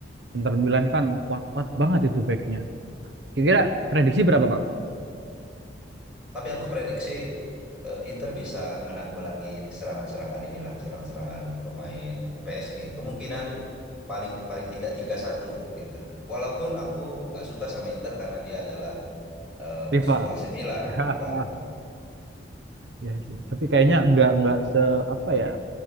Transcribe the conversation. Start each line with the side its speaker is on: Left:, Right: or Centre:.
Right: Inter Milan kan kuat-kuat banget itu backnya. Kira-kira
Centre: Heeh.
Right: prediksi berapa Bang?
Centre: Tapi aku prediksi eh, Inter bisa menanggulangi ini serangan-serangan inilah, serangan-serangan pemain PSG. Kemungkinan paling paling tidak tiga satu untuk Inter. Walaupun aku nggak suka sama Inter karena dia adalah eh,
Right: Rival.
Centre: musuh AC Milan,
Right: <laughs>
Centre: rival.
Right: Ya sih. Tapi kayaknya nggak nggak se apa ya